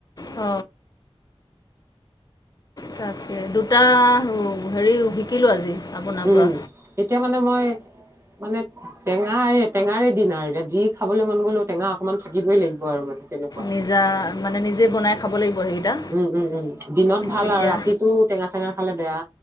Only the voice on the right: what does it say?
উম
এতিয়া মানে মই মানে টেঙা টেঙাৰে দিন আৰু এতি যি খাবলৈ মন গ'লেও টেঙা অকনমান থাকিবই লাগিব আৰু মানে তেনেক
উম উম উম দিনত ভাল
আৰু ৰাতিটো টেঙা চেঙা খালে বেয়া